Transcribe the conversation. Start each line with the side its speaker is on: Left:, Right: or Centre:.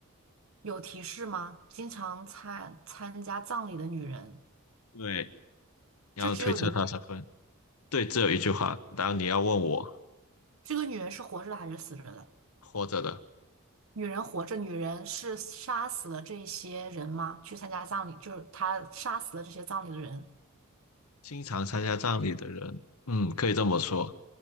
Right: 有提示吗？经常参参加葬礼的女人，
Left: 对，你要推测她身份。
Right: 这只有一，
Left: 对，只有一句话，然后你要问我
Right: 这个女人是活着的还是死着的？
Left: 活着的，
Right: 女人活着，女人是杀死了这些人吗？去参加葬礼，就是她杀死了这些葬礼的人，
Left: 经常参加葬礼的人，嗯，可以这么说。